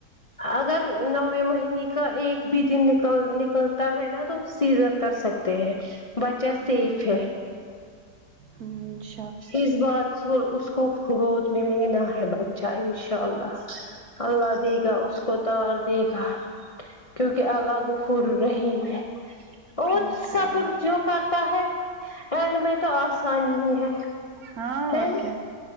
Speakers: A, on the left; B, on the right.
A: اگر نوے مہینے کا ایک بھی دن نکل نکلتا ہے نا تو سیزر کر سک تے ہیں بچہ سیف ہے
B: ہاں چ
A: اس بار اس کو اس کو گود میں لینا ہے بچہ انشاء اللہ اللہ دے گا اس کو تو اور دے گا کیونکہ اللہ غفور و رحیم ہے اور
B: انشاء
A: صبر
B: اللہ
A: جو کر تا ہے اینڈ میں تو آسانی ہی ہے
B: ہاں
A: ہیں
B: اور کیا